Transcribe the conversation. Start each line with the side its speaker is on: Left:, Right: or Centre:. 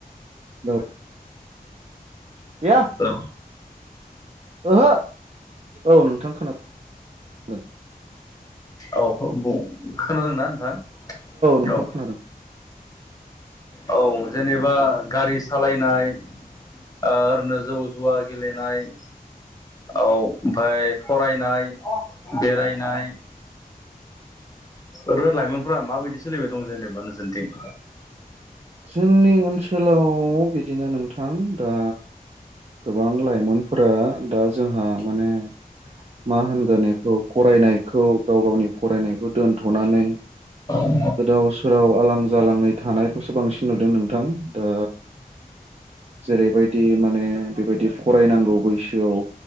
Right: औ दैया
Left: औ
Right: ओहो औ नोंथां खोनादों
Left: औ बुं खोनादोंना नोंथां
Right: नोंथां
Left: औ।
Right: खोनादों
Left: औ जेनेबा गारि सालायनाय ओ ओरैनो जौ जुवा गेलेनाय औ ओमफाय फरायनाय बेरायनाय ओरै लाइमोनफोरा माबायदि सोलिबाय दं जेनेबा नोसोरनिथिं
Right: जोंनि ओनसोलाव बिदिनो नोंथां दा गोबां लाइमोनफोरा दा जोंहा माने मा होनगोन एखौ फरायनायखौ गाव गावनि फरायनायखौ दोन्थनानै
Left: औ
Right: गोदाव सोराव आलां जालाङै थानायखौसो बांसिन नुदों नोंथां दा जेरैबायदि माने बेबायदि फरायनांगौ बैसोआव